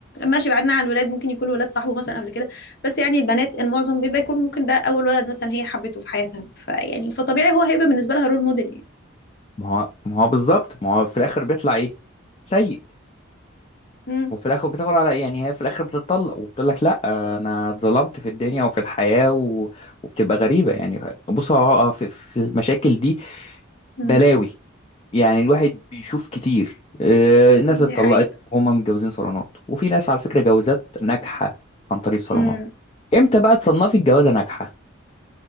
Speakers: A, on the left (about 50°); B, on the left (about 25°).
A: ماشي بعدنا عن الولاد ممكن يكون ولاد صاحبه مثلا قبل كده بس يعني البنات المعظم بيبقى يكون ممكن ده اول ولد مثلا هي حبته في حياتها فيعني فطبيعي هو هيبقى بالنسبة لها رول موديل يعني
B: ما هو ما هو بالظبط ما هو في الاخر بيطلع ايه سيء
A: مم.
B: وفي الاخر بتاخد على يعني هي في الاخر بتتطلق وبتقول لك لا انا اتظلمت في الدنيا وفي الحياه و... وبتبقى غريبه يعني بص هو- هو في في المشاكل دي
A: مم.
B: بلاوي يعني الواحد بيشوف كتير آه، الناس
A: دي
B: اتطلقت
A: حقيقة
B: وهم متجوزين صالونات وفي ناس على فكره جوازات ناجحه عن طريق الصالونات
A: مم.
B: امتى بقى تصنفي الجوازه ناجحه